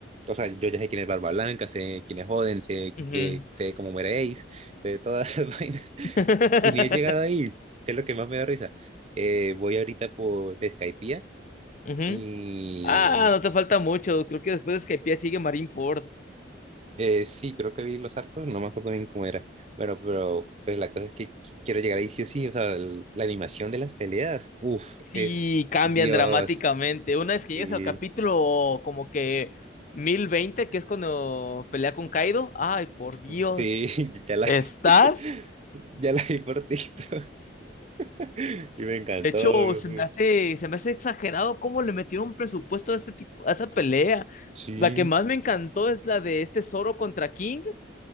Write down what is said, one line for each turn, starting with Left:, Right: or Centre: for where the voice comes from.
Right: o sea, yo ya sé quién es Barba Blanca, sé quién es Joden, sé,
Left: Ujú.
Right: que, sé cómo muere Ace, sé todas esas <laughs> vainas.
Left: <laughs>
Right: Y ni he llegado ahí, que es lo que más me da risa. Eh, voy ahorita por Skypiea
Left: Ujú.
Right: y
Left: Ah, no te falta mucho. Creo que después de Skypiea sigue Marineford.
Right: eh, sí, creo que vi los arcos, no me acuerdo bien cómo era. Bueno, pero pues la cosa es que qu- quiero llegar ahí sí o sí, o sea, el- la animación de las peleas, uff,
Left: Sí,
Right: es
Left: cambian
Right: Dios,
Left: dramáticamente. Una
Right: sí.
Left: vez que llegas al capítulo como que 1020, que es cuando pelea con Kaido. Ay, por Dios.
Right: Sí, <laughs> ya la,
Left: ¿Estás?
Right: <laughs> ya la vi por TikTok <laughs> y me encantó,
Left: De hecho,
Right: Dios
Left: se
Right: mío.
Left: me hace, se me hace exagerado cómo le metieron presupuesto a ese tipo, a esa pelea.
Right: Sí,
Left: La que más me encantó es la de este Zoro contra King.